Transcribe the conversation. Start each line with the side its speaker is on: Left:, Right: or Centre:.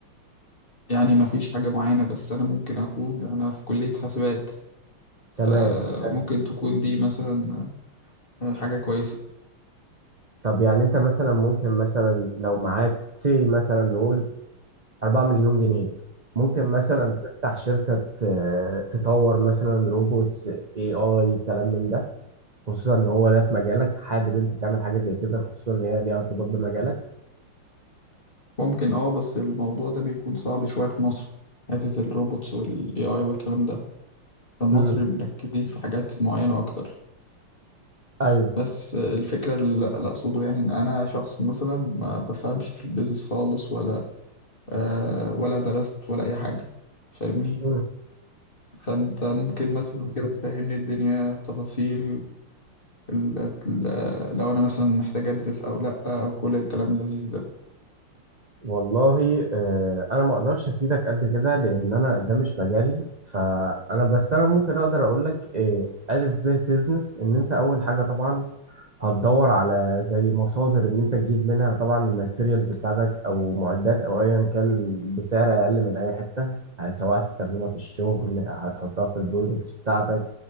Left: يعني مفيش حاجة معينة بس انا ممكن اكون انا في كلية حاسبات فممكن
Right: تمام حلو.
Left: تكون دي مثلا حاجة كويسة
Right: طب يعني انت مثلا ممكن مثلا لو معاك سي مثلا نقول 4 مليون جنيه ممكن مثلا تفتح شركة آه، تطور مثلا روبوتس اي اي كلام من ده خصوصا ان هو ده في مجالك حابب انت تعمل حاجة زي كده خصوصا ان هي ليها ارتباط بمجالك
Left: ممكن اه بس الموضوع ده بيكون صعب شوية في مصر حتة الروبوتس والاي اي والكلام ده فالمصري
Right: امم
Left: مركزين في حاجات معينة اكتر
Right: ايوه
Left: بس الفكرة اللي اللي اقصده يعني ان انا شخص مثلا ما بفهمش في البيزنس خالص ولا آه ولا درست ولا اي حاجة فاهمني
Right: مم.
Left: فانت ممكن مثلا كده تفهمني الدنيا بتفاصيل ال- ال- لو انا مثلا محتاج ادرس او لا او كل الكلام اللذيذ ده
Right: والله آه، انا ما اقدرش افيدك قد كده لان انا ده مش مجالي فانا بس انا ممكن اقدر اقول لك آه، الف ب بيزنس ان انت اول حاجه طبعا هتدور على زي مصادر ان انت تجيب منها طبعا الماتيريالز بتاعتك او معدات او ايا كان بسعر اقل من اي حته سواء هتستخدمها في الشغل هتحطها في البرودكتس بتاعتك